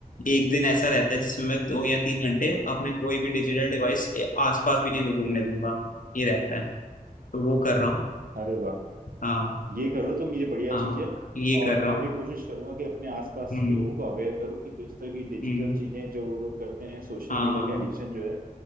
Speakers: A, on the left; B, on the right.
A: एक दिन ऐसा रहता है जिसमें मैं दो या तीन घंटे अपने कोई भी डिजिटल डिवाइस आसपास भी नहीं घूमने दूंगा ये रहता है तो वो कर रहा हूँ
B: अरे वाह
A: हाँ
B: ये करो तुम ये बढ़िया
A: हाँ
B: चीज है
A: ये
B: और
A: कर रहा
B: मैं
A: हूँ
B: भी कोशिश करूंगा कि अपने आसपास
A: हम्म
B: के लोगों को अवेयर करूं कि इस तरह की डिजिटल
A: हम्म
B: चीजें जो वो लोग करते हैं सोशल
A: हाँ
B: मीडिया
A: हाँ
B: के एडिक्शन जो है